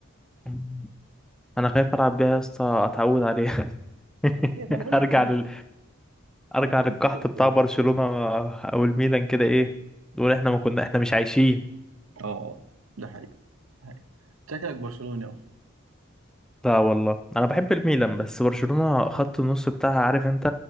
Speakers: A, in the centre; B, on the right (about 80°).
A: مم. انا خايف العب بيها يا اسطى اتعود عليها <laughs>
B: إيه، ما انا بقول
A: ارجع
B: لك بتيجي
A: لل... ارجع
B: بتيجي
A: للقحط
B: فترة
A: بتاع
B: ذهاب.
A: برشلونة او الميلان كده ايه نقول احنا ما كنا احنا مش عايشين
B: اه ده حقيقة حقيقة. شكلك برشلوني اصلا
A: لا والله انا بحب الميلان بس برشلونة خط النص بتاعها عارف انت